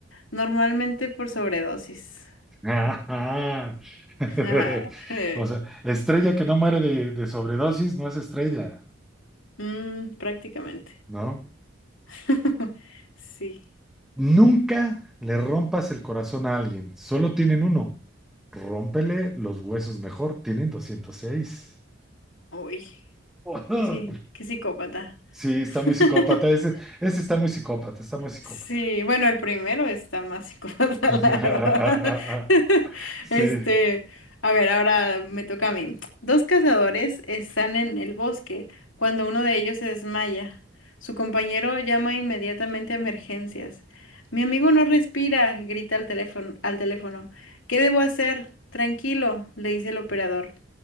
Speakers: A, on the left (about 85°); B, in the centre.
A: Normalmente por sobredosis.
B: Ajá. <laughs>
A: <laughs> Ajá, eh,
B: O sea, estrella que no muere de, de sobredosis no es estrella,
A: mm, prácticamente.
B: ¿no?
A: <laughs> Sí.
B: Nunca le rompas el corazón a alguien, solo tienen uno. Rómpele los huesos mejor, tienen 206.
A: Uy,
B: <laughs>
A: qué sí, qué psicópata.
B: Sí, está
A: <laughs>
B: muy psicópata. Ese, ese está muy psicópata, está muy psicópata.
A: Sí, bueno, el primero está más psicópata,
B: <laughs>
A: <laughs> la verdad. <laughs>
B: Sí.
A: Este, a ver, ahora me toca a mí. Dos cazadores están en el bosque cuando uno de ellos se desmaya. Su compañero llama inmediatamente a emergencias. Mi amigo no respira, grita al teléfono, al teléfono. ¿Qué debo hacer? Tranquilo, le dice el operador.